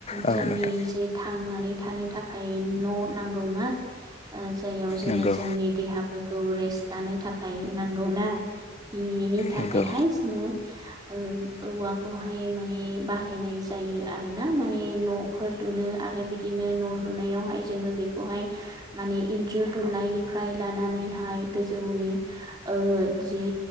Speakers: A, on the left; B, on the right.
A: औ
B: जोंनि
A: नोंथां
B: जि थांनानै थानो थाखाय न' नांगौना ओ जायाव जोंङो
A: जायनाव
B: जोंनि
A: जोङो
B: देहाफोरखौ रेस्ट लानो थाखाय नांगौ ना बेनि थाखायहाय
A: नांगौना
B: जोंङो ओ औवाखौहाय माने बाहायनाय जायो आरो ना माने न' फोर लुनो आरो बिदिनो न' लुनायावहाय जोंङो बेखौहाय माने इन्जुर दुमनायनिफ्राय लानानैहाय गोजौनि ओ जे